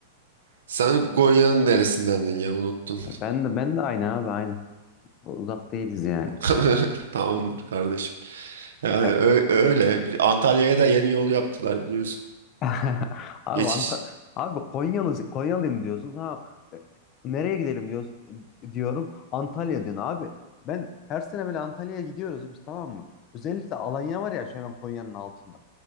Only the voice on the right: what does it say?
sen Konya'nın neresindendin ya unuttum.
<laughs> Tamamdır kardeşim. Yani
ö- öyle. Antalya'ya da yeni yol yaptılar biliyorsun.
Geçiş.